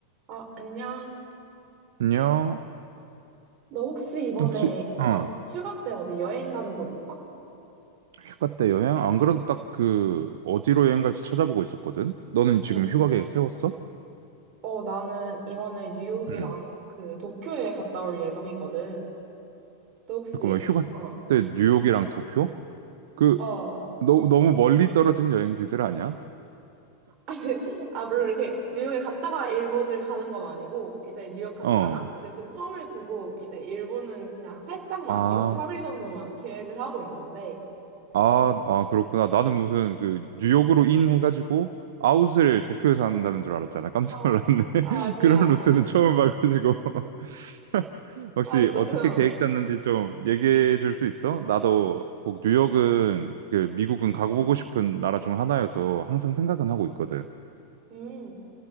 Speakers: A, on the right; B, on the right.
A: 어, 안녕.
B: 안녕.
A: 너 혹시 이번에,
B: 혹시, 어,
A: 어, 휴가 때 어디 여행 가는 곳 있어?
B: 휴가 때 여행? 안 그래도 딱 그, 어디로 여행 갈지 찾아보고 있었거든? 너는 지금
A: 응.
B: 휴가 계획 세웠어?
A: 어, 나는 이번에 뉴욕이랑
B: 응.
A: 그 도쿄에 갔다 올 예정이거든. 너 혹시,
B: 잠깐만, 휴가
A: 어,
B: 때 뉴욕이랑 도쿄? 그,
A: 어.
B: 너, 너무 멀리 떨어진 여행지들 아니야?
A: <laughs> 아, 물론 이렇게 뉴욕에 갔다가 일본을 가는 건 아니고, 이제 뉴욕 갔다가
B: 어.
A: 이제 좀 텀을 두고, 이제 일본은 그냥 살짝만,
B: 아,
A: 2박 3일 정도만 계획을 하고 있는데.
B: 아, 아, 그렇구나. 나는 무슨 그, 뉴욕으로 인 해가지고, 아웃을 도쿄에서 한다는 줄 알았잖아. 깜짝
A: 아,
B: 놀랐네.
A: 아,
B: <laughs>
A: 아니야,
B: 그런
A: 아니야.
B: 루트는 처음 봐가지고. <laughs> 혹시
A: 아니, 너,
B: 어떻게
A: 응.
B: 계획 짰는지 좀 얘기해 줄 수 있어? 나도 꼭 뉴욕은 그 미국은 가보고 싶은 나라 중 하나여서 항상 생각은 하고 있거든.
A: 음.